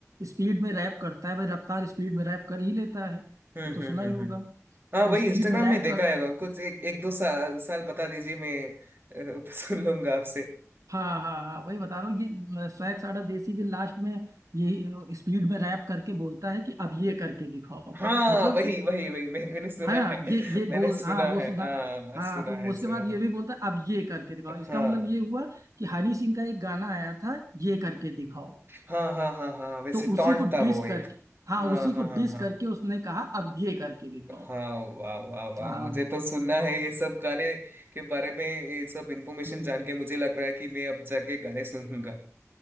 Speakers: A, on the right; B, on the right.
A: स्पीड में रैप करता है भाई रफ्तार स्पीड में रैप कर ही लेता है
B: हम्म
A: ये तो
B: हम्म
A: सुना
B: हम्म
A: ही होगा
B: हम्म
A: वो
B: हाँ वही
A: स्पीड
B: इंस्टाग्राम
A: में रैप
B: में देखा
A: कर
B: है कुछ एक एक दो साल साल बता दीजिए मैं अ, <laughs> सुन लूंगा आपसे
A: हाँ हाँ हाँ वही बता रहा हूँ ये सौ एक साडा देसी भी लास्ट में यही स्पीड में रैप करके बोलता है कि अब ये करके दिखाओ
B: हाँ
A: मतलब
B: वही वही वही मैंने मैंने सुना
A: है ना
B: है <laughs>
A: ये ये
B: मैंने
A: बोल
B: सुना
A: हाँ वो
B: है
A: सुना
B: हाँ
A: हाँ
B: सुना
A: तो
B: है
A: उसके
B: सुना
A: बाद
B: है
A: ये भी बोलता है अब ये करके दिखाओ
B: हाँ
A: इसका मतलब ये हुआ कि हनी सिंह का एक गाना आया था ये करके दिखाओ
B: हाँ हाँ हाँ हाँ वैसे
A: तो उसी
B: टॉन्ट
A: को
B: था
A: डिस
B: वो एक
A: करके हाँ
B: हाँ
A: उसी
B: हाँ
A: को
B: हाँ
A: डिस
B: हाँ
A: करके उसने कहा अब ये करके दिखाओ
B: हाँ वाह वाह वाह
A: हाँ
B: मुझे तो सुनना
A: हम्म,
B: है ये सब गाने के बारे में ये सब इंफॉर्मेशन
A: हम्म,
B: जान के मुझे लग रहा है कि मैं अब जाके गाने सुनूंगा